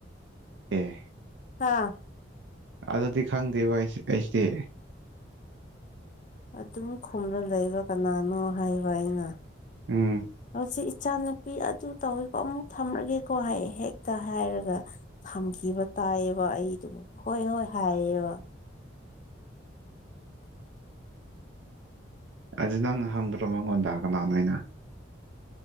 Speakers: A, on the right; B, on the left.
A: ꯑꯦ
B: ꯍꯥꯥ
A: ꯑꯗꯨꯗꯤ ꯈꯪꯗꯦꯕ ꯑꯩꯁꯦ ꯑꯩꯁꯦ
B: ꯑꯗꯨꯝ ꯈꯨꯝꯔ ꯂꯩꯕ ꯀꯅꯥꯅꯣ ꯍꯥꯏꯕ ꯑꯩꯅ
A: ꯎꯝ
B: ꯍꯣꯢꯁꯦ ꯏꯆꯥ ꯅꯨꯨꯄꯤ ꯑꯗꯨ ꯇꯧꯋꯤꯀꯣ ꯑꯃꯨꯛ ꯊꯝꯔꯒꯦꯀꯣ ꯍꯥꯏꯌꯦ ꯍꯦꯛꯇ ꯍꯥꯏꯔꯒ ꯊꯝꯈꯤꯕ ꯇꯥꯏꯌꯦꯕ ꯑꯩꯗꯣ ꯍꯣꯏ ꯍꯣꯏ ꯍꯥꯏꯌꯦꯕ
A: ꯑꯗꯨ ꯅꯪꯅ ꯍꯪꯗ꯭ꯔꯣ ꯃꯪꯉꯣꯟꯗ ꯀꯅꯥꯅꯣꯅꯩꯅ